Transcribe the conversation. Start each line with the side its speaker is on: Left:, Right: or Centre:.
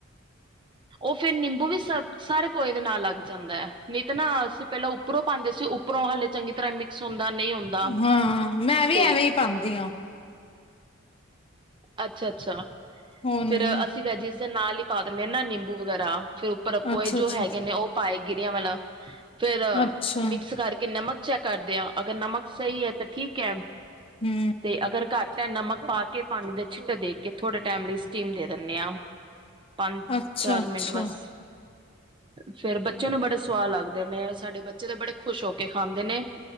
Left: <inaudible>
Right: ਉਹ ਫਿਰ ਨਿੰਬੂ ਵੀ ਸ ਸਾਰੇ ਪੋਹੇ ਦੇ ਨਾਲ ਲੱਗ ਜਾਂਦਾ ਹੈ ਨਹੀ ਤਾਂ ਨਾ ਅਸੀਂ ਪਹਿਲਾਂ ਉੱਪਰੋਂ ਪਾਉਂਦੇ ਸੀ ਉੱਪਰੋਂ ਪੋਹਾ ਹਾਲੇ ਚੰਗੀ ਤਰ੍ਹਾਂ ਮਿਕਸ ਹੁੰਦਾ ਨਹੀਂ ਹੁੰਦਾ
Left: ਹਾਂ ਮੈਂ ਵੀ
Right: ਤੇ
Left: ਐਵੇਂ ਹੀ ਪਾਂਦੀ ਹਾਂ
Right: ਅੱਛਾ-ਅੱਛਾ
Left: ਹੁਣ
Right: ਫਿਰ ਅਸੀਂ ਵੈਜਿਸ ਦੇ ਨਾਲ ਹੀ ਪਾ ਦਿੰਦੇ ਹ ਨਾ ਨਿੰਬੂ ਵਗੈਰਾ ਫਿਰ ਉੱਪਰ ਪੋਏ
Left: ਅੱਛਾ ਅੱਛਾ
Right: ਜੋ ਹੈਗੇ ਨੇ ਉਹ ਪਾਏ ਗੇਰਿਆ ਵਾਲਾ ਫਿਰ
Left: ਅੱਛਾ
Right: ਮਿਕਸ ਕਰਕੇ ਨਮਕ ਅਚ ਕਰਦੇ ਆ ਅਗਰ ਨਮਕ ਸਹੀ ਹੈ ਤੇ ਠੀਕ ਹੈ
Left: ਹੂੰ
Right: ਤੇ ਅਗਰ ਘੱਟ ਹੈ ਨਮਕ ਪਾ ਕੇ ਪਾਣੀ ਦੇ ਛਿੱਟ ਦੇਖ ਕੇ ਥੋੜੇ ਟਾਈਮ ਲਈ ਸਟੀਮ ਦੇ ਦਿੰਦੇ ਹਾਂ ਪੰਜ
Left: ਅੱਛਾ
Right: ਚਾਰ
Left: ਅੱਛਾ
Right: ਮਿੰਟ ਬਸ ਫਿਰ ਬੱਚੇ ਨੂੰ ਬੜੇ ਸਵਾਦ ਲੱਗਦੇ ਨੇ ਸਾਡੇ ਬੱਚੇ ਤਾਂ ਬੜੇ ਖੁਸ਼ ਹੋ ਕੇ ਖਾਂਦੇ ਨੇ